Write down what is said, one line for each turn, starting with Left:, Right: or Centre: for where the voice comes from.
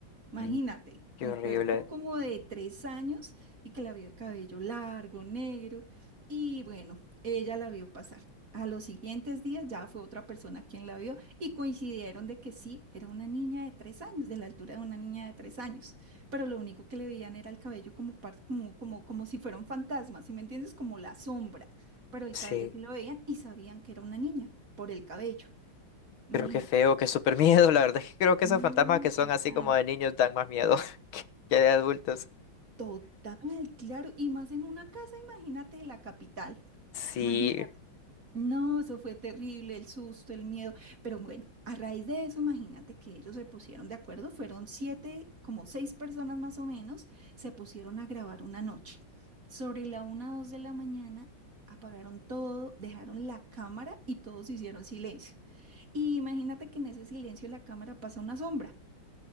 Right: Imagínate,
Left: Mm. Qué
Right: con
Left: horrible.
Right: cuerpo como de tres años y que la vio el cabello largo, negro. Y bueno, ella la vio pasar. A los siguientes días ya fue otra persona quien la vio y coincidieron de que sí, era una niña de tres años, de la altura de una niña de tres años. Pero lo único que le veían era el cabello como, par- como, como, como si fuera un fantasma, ¿sí me entiendes? Como la sombra. Pero el
Left: Sí,
Right: cabello sí lo veían y sabían que era una niña por el cabello. Imagínate.
Left: creo que feo, que súper <laughs> miedo. La verdad es que creo que
Right: No,
Left: esos fantasmas que son
Right: total.
Left: así como de niños dan más miedo <laughs> que de adultos.
Right: Total, claro, y más en una casa, imagínate de la capital,
Left: Sí.
Right: imagínate. No, eso fue terrible, el susto, el miedo, pero bueno, a raíz de eso, imagínate que ellos se pusieron de acuerdo, fueron siete, como seis personas más o menos, se pusieron a grabar una noche. Sobre la una o dos de la mañana, apagaron todo, dejaron la cámara y todos hicieron silencio. Y imagínate que en ese silencio la cámara pasa una sombra,